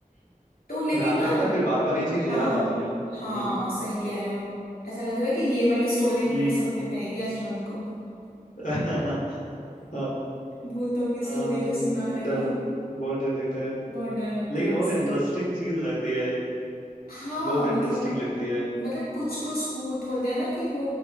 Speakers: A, on the left; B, on the left.
A: तो लेकिन
B: रात
A: ना
B: में पता है फिर बार बार ये चीज
A: हाँ
B: याद आती है हम्म
A: हाँ सही कह रहे हो ऐसा लग रहा है कि ये वाली स्टोरी भी
B: हम्म
A: मेरे सपने में आएगी आज रात को <laughs>
B: <laughs> हाँ,
A: भूतों की स्टोरी
B: हाँ,
A: जो सुना रहे हैं
B: डर
A: ना
B: बहुत डर लगता है
A: बहुत डर लगता
B: लेकिन
A: है इनसे
B: बहुत इंटरेस्टिंग चीज लगती है ये
A: हाँ
B: बहुत
A: मतलब
B: इंटरेस्टिंग लगती है
A: मतलब कुछ कुछ भूत होते हैं ना कि वो